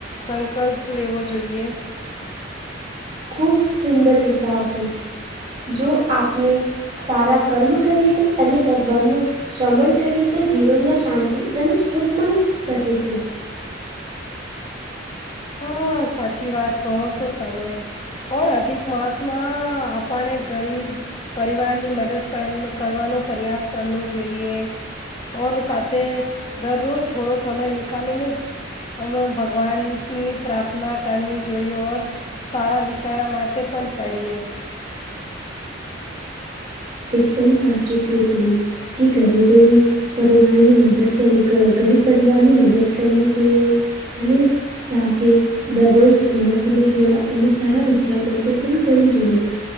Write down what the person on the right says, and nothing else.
ખૂબ સુંદર વિચાર છે, જો આપને સારા કર્મ કરીએ અને ભગવાનનું શ્રમણ કરીએ તો જીવનમાં શાંતિ અને સુખ મલી શકે છે.
એકદમ સાચું કયુ તમે કે ગરીબોની પરિવારની મદદ કર ક ગરીબ પરિવારની મદદ કરની છીએ અને સાથે દરરોજ થોડા સમય થોડા અને સારા વિચાર માટે પણ કરી જોઈએ